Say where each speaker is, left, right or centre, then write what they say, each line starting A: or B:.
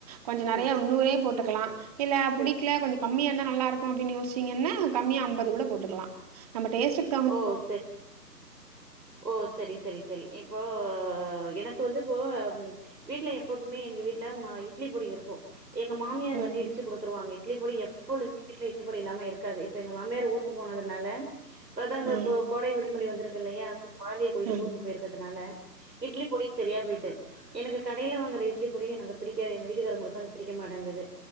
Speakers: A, on the right; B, on the right.
A: கொஞ்சோ நெறையா
B: ம்
A: முன்னூரே போட்டுக்கலா இல்ல
B: சரி
A: புடிக்கல கொஞ்சோ கம்மியாந்தா நல்லாருக்கு அப்டின்னு யோசிச்சீங்கன்னா கம்மியா ஐம்பது கூட போட்டுக்கலா நம்ம டேஸ்டுக்
B: ஓ செரி ஓ சரி சரி சரி இப்போ என் எனக்கு வந்து இப்போ வீட்ல எப்போதுமே எங்க வீட்ல மா இட்லி பொடி இருக்கு எங்க மாமியார்
A: ம்
B: வந்து இடிச்சு குடுத்துருவாங்க இட்லி பொடி எப்பொழுதுமே வீட்ல இட்லி பொடி இல்லாம இருக்காது இப்ப எங்க மாமியார் ஊருக்கு போனதுனால இப்பதா அந்த
A: ம்
B: இப்போ கோடை விடுமுறை வந்திருக்கு இல்லையா சோ கொழந்தையை கூட்டிட்டு
A: ம்
B: ஊருக்கு போயிருக்கறதுனால இட்லி பொடி செரியா போய்ட்டு எனக்கு கடையில வாங்குற இட்லி பொடி எனக்கு பிடிக்காது எங்க வீட்டுக்காரங்களுக்கு அது பிடிக்க மாட்டங்குது